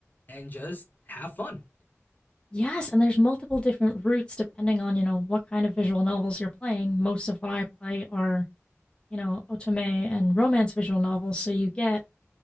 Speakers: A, on the left (about 35°); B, on the left (about 20°).
A: and just have fun.
B: Yes. And there's multiple different routes depending on, you know, what kind of visual novels you're playing. Most of what I play are you know, otome and romance visual novels, so you get